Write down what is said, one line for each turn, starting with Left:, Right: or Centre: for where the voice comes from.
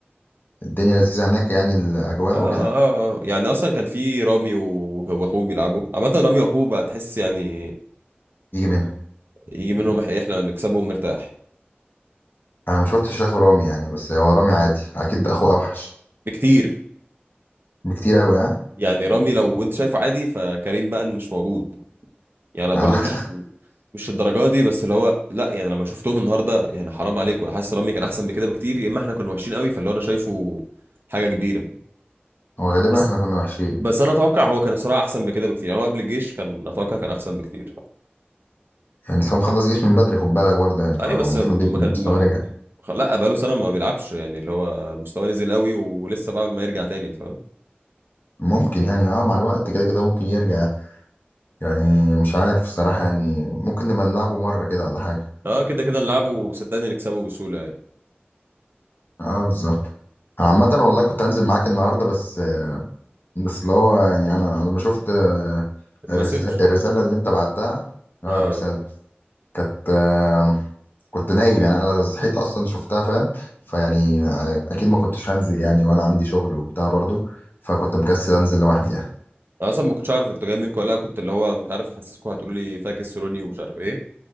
Left: الدنيا لذيذة هناك يعني الأجواء
Right: آه,
Left: وكده
Right: آه يعني أصلا كان في رامي و- وأخوه بيلعبوا عامة رامي وأخوه بقى تحس يعني
Left: يجي منها
Right: يجي منهم إح- إحنا نكسبهم مرتاح
Left: أنا ما شفتش أخو رامي يعني بس هو رامي عادي أكيد أخوه أوحش
Right: بكتير
Left: بكتير أوي ها
Right: يعني رامي لو أنت شايفه عادي فكريم بقى مش موجود يعني برضه
Left: أنا-
Right: مش مش الدرجة دي بس اللي هو لا يعني لما شفتهم النهاردة يعني حرام عليكم حاسس رامي كان أحسن بكده بكتير يا إما إحنا كنا وحشين قوي فاللي هو أنا شايفه حاجة كبيرة
Left: <laughs> هو غالبا
Right: بس
Left: احنا كنا وحشين
Right: بس أنا أتوقع هو كان الصراحة أحسن بكده بكتير يعني هو قبل الجيش كان أتوقع كان أحسن بكتير
Left: يعني بس هو مخلص جيش من بدري خد بالك برضه يعني
Right: ايوه
Left: فالمفروض
Right: بس م-
Left: يبقى
Right: ما كان
Left: المستوى
Right: ما...
Left: رجع
Right: خ- لا بقاله سنه ما بيلعبش يعني اللي هو مستواه نزل قوي ولسه بقى ما يرجع تاني انت فاهم
Left: ممكن يعني اه مع الوقت كده كده ممكن يرجع يعني مش عارف الصراحة يعني ممكن نبقى نلعبه مرة كده ولا حاجة
Right: اه كده كده نلعبه وصدقني نكسبه بسهوله يعني
Left: اه بالظبط عامة والله كنت هنزل معاك النهاردة بس بس اللي هو يعني أنا لما شفت آه،
Right: المسج
Left: الرس- الرسالة اللي أنت بعتها اه
Right: اه
Left: الرسالة كانت آه، كنت نايم يعني أنا صحيت أصلا شفتها فاهم فيعني آه، أكيد ما كنتش هنزل يعني وأنا عندي شغل وبتاع برضو فكنت مكسل أنزل لوحدي يعني
Right: انا اصلا ما كنتش عارف انتوا جايين منكم ولا لأ، كنت اللي هو مش عارف حاسسكم هتقولوا لي فاكس روني ومش عارف ايه